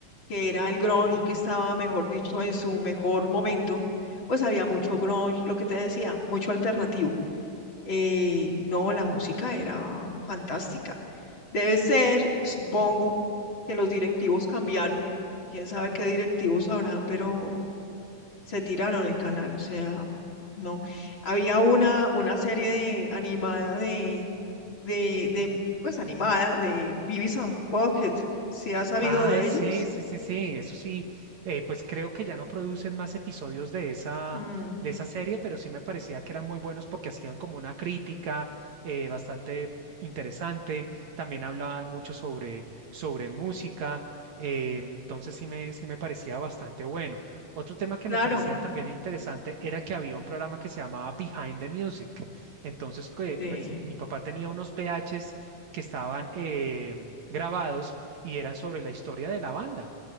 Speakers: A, on the left; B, on the right.
A: que era el grunge que estaba, mejor dicho, en su mejor momento, pues había mucho grunge, lo que te decía, mucho alternativo. Eh, no, la música era fantástica. Debe ser, supongo, que los directivos cambiaron. Quién sabe qué directivos habrán, pero se tiraron el canal. O sea, no. Había una, una serie de, animada de, de, de, pues animada de Beavis and Butthead. ¿Sí has sabido
B: Ah,
A: de
B: sí,
A: ellos?
B: sí, sí, sí, eso sí, eh, pues creo que ya no producen más episodios de esa,
A: Mm,
B: de esa serie, pero sí me parecía que eran muy buenos porque hacían como una crítica eh, bastante interesante, también hablaban mucho sobre, sobre música, eh, entonces sí me, sí me parecía bastante bueno. Otro tema que
A: claro.
B: me parecía también interesante era que había un programa que se llamaba Behind the Music, entonces que,
A: Sí,
B: ves, mi papá tenía unos VHs que estaban em, grabados y eran sobre la historia de la banda.